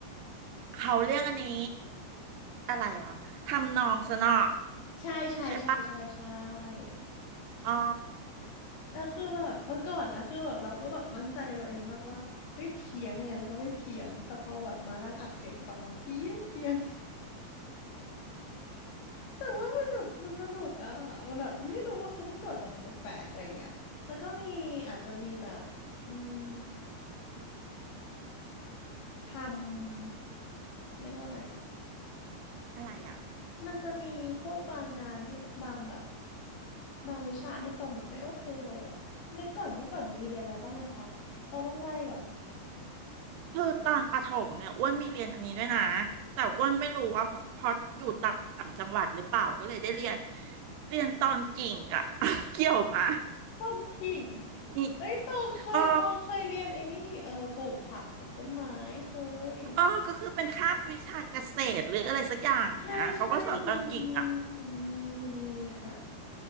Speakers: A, on the right; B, on the left.
A: เขาเรียกอันนี้อะไรวะทำนองสนอ
B: ใช่ใช่ใช่ใช่ใช่
A: ใช่ปะอ๋อ
B: แล้วคือแบบเมื่อก่อนแล้วคือแบบเราก็แบบมั่นใจตัวเองมากว่าไม่เพี้ยนไงแล้วก็ไม่เพี้ยนแต่พอแบบมานั่งอัดเสียงฟังแล้วเพี้ยนเพี้ยน <laughs> แต่ว่ามันแบบมันสนุกอะมันแบบไม่รู้ว่าคือเมื่อก่อนเราแบบแปลกๆอะไรอย่างเงี้ยแล้วก็มีอาจจะมีแบบอืม ทำเรียกว่าอะไรอ่ะ
A: อะไรอ่ะ
B: มันจะมีพวกบางงานที่บางแบบบางวิชาที่ตรงแบบไม่โอเคเลยอ่ะนึกก่อนเมื่อก่อนมีเรียนอะไรบ้างนะคะตองต้องไล่ก่อน
A: คือตอนประถมเนี่ยอ้วนมีเรียนอันนี้ด้วยนะแต่อ้วนไม่รู้ว่าเพราะอยู่ต่างจังหวัดหรือเปล่าก็เลยได้เรียนเรียนตอนกิ่งอ่ะ <laughs> เกี่ยวมะ
B: ต้นกิ่ง
A: มี
B: เอ้ยตองเคยตองเคยเรียนไอ้นี่เออปลูกผักปลูกต้นไม้เคย
A: เออ เออก็คือเป็นคาบวิชาเกษตรหรืออะไรสักอย่างเงี้ยเขาก็สอนตอนกิ่งอ่ะ
B: ใช่ใช่มีมีมีมีค่ะ